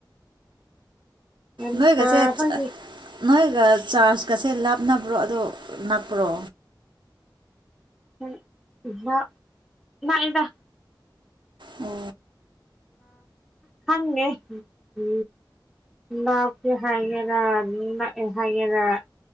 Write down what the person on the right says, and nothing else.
ꯅꯣꯏꯒꯁꯦ
ꯅꯣꯏꯒ ꯆꯥꯔꯖꯀꯁꯦ ꯂꯥꯞꯅꯕ꯭ꯔꯣ ꯑꯗꯣ ꯅꯛꯄ꯭ꯔꯣ
ꯎꯝ